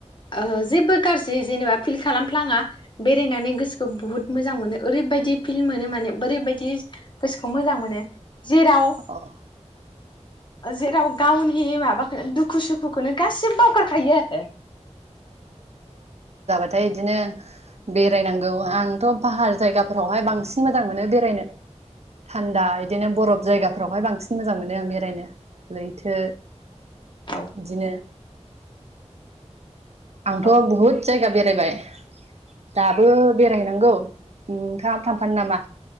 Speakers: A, on the left (about 40°); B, on the right (about 65°).
A: ओ जेबो गाज्रि जेनेबा फिल खालामफ्लाङा बेरायनानै गोसोखौ बुहुद मोजां मोनो ओरैबायदि फिल मोनो माने ओरैबायदि गोसोखौ मोजां मोनो जिराव
B: अ
A: जेराव गावनि माबाखौ दुखु सुखुखौनो गासिबो बावगारखायो आरो
B: बिदिनो बेरायनांगौ आंथ' फाहार जायगाफोरावहाय बांसिन बांसिन मोजां मोनो बेरायनो थान्दा बिदिनो बरफ जायगाफ्रावहाय बांसिन मोजां मोनो आं बेरायनो लैथो
A: औ
B: बिदिनो आंथ'
A: औ
B: बहुत जायगा बेर बेरायबाय दाबो बेरायनांगौ नोंथांङाबो थांफानो नामा